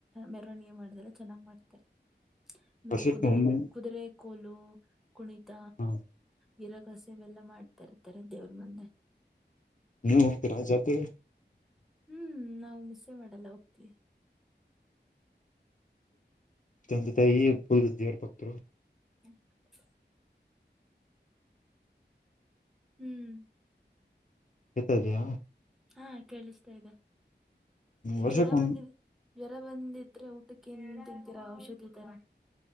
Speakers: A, in the centre; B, on the left.
A: ಮೆರವಣಿಗೆ ಮಾಡದೆಲ್ಲ ಚೆನ್ನಾಗ್ ಮಾಡ್ತಾರೆ ಮತ್ತೆ
B: ವರ್ಷಕ್ಕೆ
A: ಕುದುರೆ
B: ಒಮ್ಮೆ
A: ಕುದುರೆ. ಕೋಲು ಕುಣಿತ
B: ಹ
A: ಗರಕ್. ಕಸವೆಲ್ಲಾ ಮಾಡ್ತಾ ಇರ್ತಾರೆ ದೇವ್ರ ಮುಂದೆ.
B: ನೀವು ಹೋಗ್ತೀರಾ ಜಾತ್ರೆಗೆ.
A: ಹ್ಮ್ ನಾವು ಮಿಸ್ಸೆ ಮಾಡಲ್ಲ ಹೋಗ್ತವಿ.
B: ಹಂತ ತ ಪುಲ್ಬುದದ್ದಿಯವ <unintelligible> ಪಕ್ತ.
A: ಧನ್ಯವಾದ <inaudible> ಹ್ಮ್
B: ಕತದಯಾ
A: ಹಾ ಕೇಳಿಸ್ತಾ ಇದೆ
B: ವರ್ಷಕ್ಕೊಂದ್
A: ಜ್ವರ ಬಂದಿದೆ. ಜ್ವರ ಬಂದಿದ್ರೆ ಊಟಕ್ಕೆ ಎಂತ ಇದ್ದೀರಾ ಔಷಧಿ ತರ